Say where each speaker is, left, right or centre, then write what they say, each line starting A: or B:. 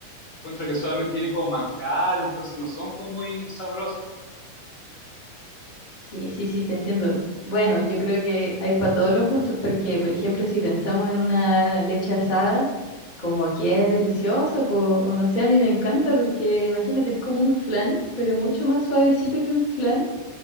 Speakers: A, on the left (about 35°); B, on the left (about 15°).
A: encuentro que solamente tienen como manjar, entonces no son como muy sabrosos.
B: Sí, sí, sí, te entiendo. Bueno, yo creo que hay para todos los gustos, porque, por ejemplo, si pensamos en una leche asada, como que es delicioso, po, o no sé, a mí me encanta, porque imagínate, es como un flan, pero mucho más suavecito que un flan.